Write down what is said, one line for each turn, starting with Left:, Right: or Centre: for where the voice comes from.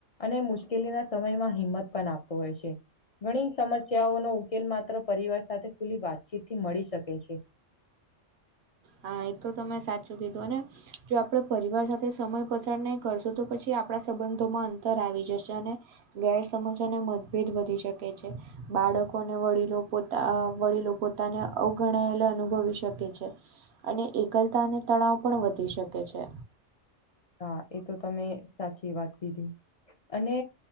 Left: અને મુશ્કે અકેલી ના સમયમાં હિંમત પણ આપતો હોય છે. ઘણી સમસ્યાઓનો ઉકેલ માત્ર પરિવાર સાથે ખુલ્લી વાતચીત થી મળી શકે છે.
Right: હા એ તો તમે સાચું કીધું અને. જો આપણે પરિવાર સાથે સમય પસાર નહીં કરશો તો પછી આપણા સંબંધોમાં અંતર આવી જશે અને. ગેરસમજ અને મતભેદ વધી શકે છે. બાળકો અને વડીલો પોતા અ વડીલો પોતાને અવગણાયેલા અનુભવી શકે છે. અને એકલતા અને તણાવ પણ વધી શકે છે.
Left: હા એ તો તમે સાચી વાત કીધી અને